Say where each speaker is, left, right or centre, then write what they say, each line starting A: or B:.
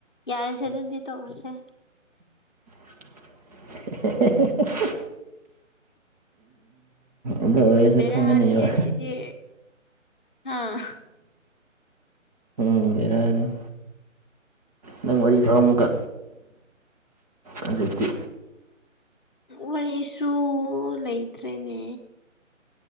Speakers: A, on the left; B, on the right.
A: ꯌꯥꯔꯁꯦ ꯑꯗꯨꯗꯤ ꯇꯣꯛꯔꯁꯦ
B: ꯍꯦꯍꯦꯍꯦꯍꯦ ꯑꯗꯨ ꯑꯣꯏꯔꯁꯨ
A: ꯕꯦꯔꯅꯤꯍꯦ
B: ꯈꯪꯒꯅꯦꯕ
A: ꯁꯤꯗꯤ ꯑꯥ
B: ꯎꯝ ꯕꯦꯔꯥꯅꯤ ꯅꯪ ꯋꯥꯔꯤ ꯈꯔ ꯑꯃꯨꯛꯀ ꯍꯧꯖꯤꯛꯇꯤ
A: ꯋꯥꯔꯤꯁꯨ ꯂꯩꯇ꯭ꯔꯦꯅꯦ